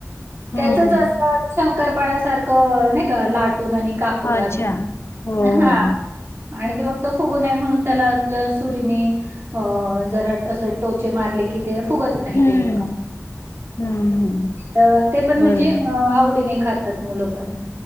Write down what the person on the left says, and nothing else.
हम्म
हम्म
हम्म.
अच्छा हो
हो हो
हम्म
हम्म हम्म
बरोबर